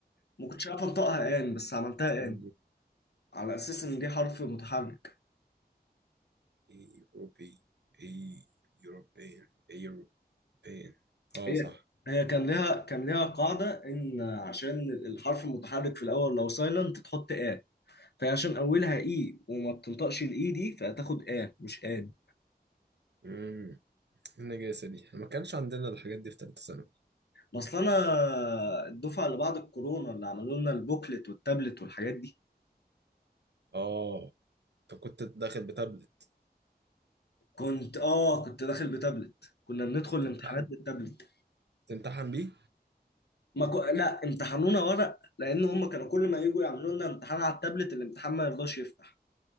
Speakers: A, on the left (about 75°); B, on the right (about 90°).
A: ما كنتش عارف انطقها ان بس عملتها
B: سن
A: ان على اساس ان دي حرف متحرك
B: ايه اوروبي ايه يوروبيان ايه يوروبيان اه
A: هي
B: صح
A: هي كان ليها كان ليها قاعده ان عشان الحرف المتحرك في الاول لو سايلنت تحط اه فهي عشان اولها اي وما بتنطقش الاي دي فهتاخد اه مش ان
B: امم النجاسة دي ما كانش عندنا الحاجات دي في تالتة ثانوي
A: اصل انا الدفعه اللي بعد الكورونا اللي عملوا لنا البوكلت والتابلت والحاجات دي
B: اه انت كنت داخل بتابلت
A: كنت اه كنت داخل بتابلت كنا بندخل الامتحانات
B: تمتحن
A: بالتابلت
B: تمتحن بيه
A: ما ك... لا امتحنونا ورق لان هم كانوا كل ما يجوا يعملوا لنا امتحان على التابلت الامتحان ما يرضاش يفتح